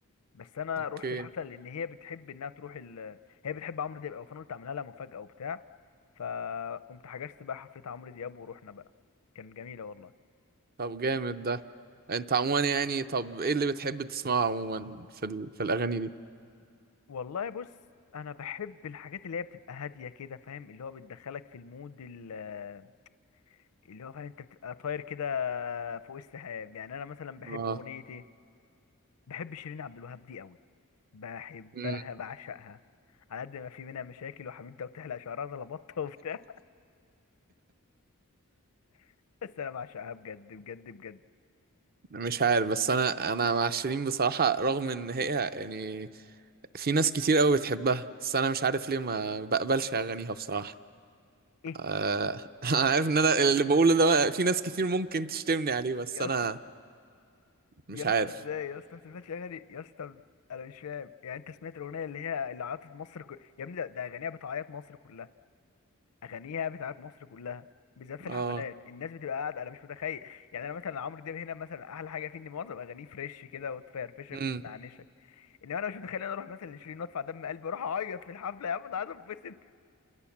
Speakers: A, on the left; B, on the right.
A: بس انا
B: اوكي
A: رحت الحفله لان هي بتحب انها تروح ال... هي بتحب عمرو دياب او فانا قلت اعملها لها مفاجاه وبتاع فقمت حجزت بقى حفله عمرو دياب ورحنا بقى كان جميله والله
B: طب جامد ده انت عموما يعني طب ايه اللي بتحب تسمعه عموما في ال... في الاغاني دي
A: والله بص انا بحب الحاجات اللي هي بتبقى هاديه كده فاهم اللي هو بتدخلك في المود ال- اللي هو فاهم انت بتبقى طاير كده فوق السحاب يعني انا مثلا بحب
B: آه.
A: اغنيه ايه بحب شيرين عبد الوهاب دي قوي بحبها
B: مم.
A: بعشقها على قد ما في منها مشاكل وحبيبتها بتحلق شعرها زي البطه وبتاع <laughs> بس انا بعشقها بجد بجد بجد
B: مش عارف بس انا انا مع شيرين بصراحة رغم ان هي يعني في ناس كتير قوي بتحبها بس انا مش عارف ليه ما بقبلش اغانيها بصراحة
A: ايه
B: أه <laughs> انا عارف ان انا اللي بقوله ده في ناس كتير ممكن تشتمني عليه بس
A: يا
B: انا
A: اسطى
B: مش
A: يا
B: عارف
A: اسطى ازاي يا اسطى ما بتسمعش اغاني يا اسطى انا مش فاهم يعني انت سمعت الاغنيه اللي هي اللي عيطت مصر كل... يا ابني ده, ده اغانيها بتعيط مصر كلها اغانيها بتعيط مصر كلها بالذات في الحفلات
B: اه
A: الناس بتبقى قاعده انا مش متخيل يعني انا مثلا عمرو دياب هنا مثلا احلى حاجه فيه ان معظم اغانيه فريش كده وتفرفشك
B: امم
A: وتنعنشك انما انا مش متخيل إن انا اروح مثلا لشيرين وادفع دم قلبي واروح اعيط في الحفله يا عم انا عايز اتبسط